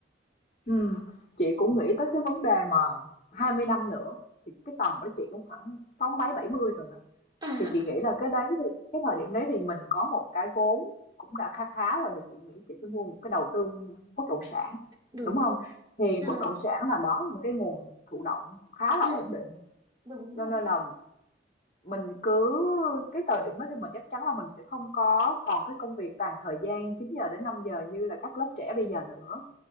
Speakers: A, on the left (about 40°); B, on the right (about 25°).
A: ừm. Chị cũng nghĩ tới cái vấn đề mà 20 năm nữa thì cái tầm của chị cũng khoảng sáu mấy bảy mươi rồi đó
B: À,
A: Thì chị nghĩ là cái đấy thì cái thời điểm đấy thì mình có một cái vốn cũng đã khá khá rồi thì chị nghĩ chị sẽ mua một cái đầu tư bất động sản
B: đúng
A: đúng không?
B: rồi.
A: Thì
B: À,
A: bất động sản là đó là một cái nguồn thụ động khá
B: Ừ,
A: là ổn định
B: đúng rồi.
A: cho nên là mình cứ cái thời điểm đó thì mình chắc chắn là mình sẽ không có còn cái công việc toàn thời gian 9 giờ đến 5 giờ như là các lớp trẻ bây giờ nữa